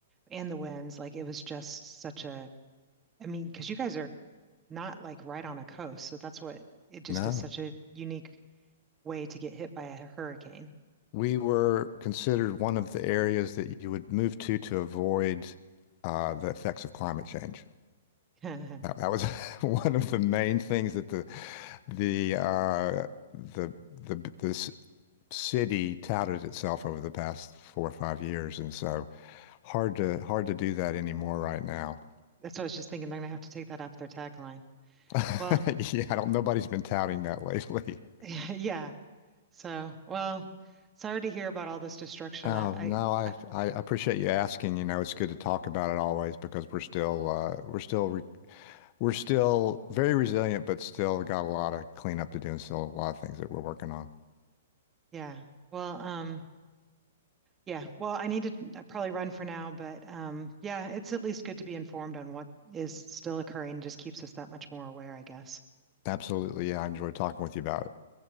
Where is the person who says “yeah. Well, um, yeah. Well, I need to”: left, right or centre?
Right